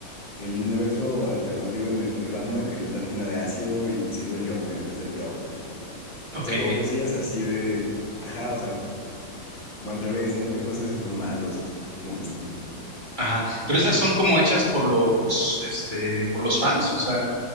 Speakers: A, on the left; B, on the right.
A: el universo alternativo en el que Batman cayó en la tina de ácido y se hizo el Joker en vez del Joker. Y,
B: ok,
A: o sea, como cosillas así de. Ajá, o sea, de- como al revés, ¿no? ¿Qué pasa si son malos o si son como distintos?
B: ajá. Pero esas son como hechas por los, este, por los fans, o sea,